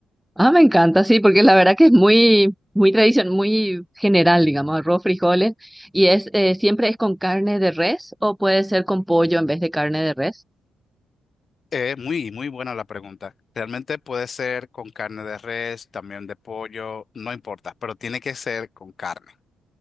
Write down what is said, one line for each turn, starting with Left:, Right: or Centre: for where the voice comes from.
Centre: ah, me encanta, sí, porque la verdad que es muy, muy tradición, muy general, digamos, arroz, frijoles y es eh, siempre es con carne de res o puede ser con pollo en vez de carne de res.
Left: Eh, muy, muy buena la pregunta. Realmente puede ser con carne de res, también de pollo, no importa, pero tiene que ser con carne.